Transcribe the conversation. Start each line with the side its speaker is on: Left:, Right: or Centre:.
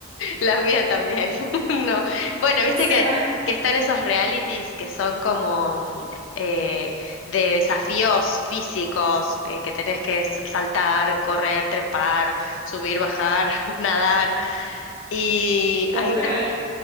Left: La mía también. <laughs> No. Bueno,
Right: <laughs> o
Left: viste
Right: sea,
Left: que, que están esos realities que son como mm, eh, de desafíos físicos, eh, que tenés que s- saltar, correr, trepar, subir, bajar, <laughs> nadar. Y
Right: total.
Left: hay una...